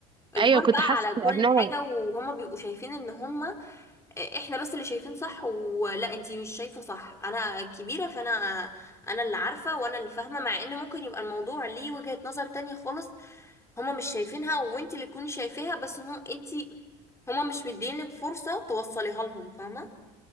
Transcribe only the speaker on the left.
اجبار
بقى
على كل
حاجة وهما بيبقوا شايفين ان هما آه، احنا بس اللي شايفين صح ولا انتي مش شايفة صح انا كبيرة فانا انا اللي عارفة وانا اللي فاهمة مع ان ممكن يبقى الموضوع ليه وجهة نظر تانية خالص هما مش شايفينها وانت اللي تكوني شايفاها بس هم انت هما مش مدينك فرصة توصليها لهم فاهمة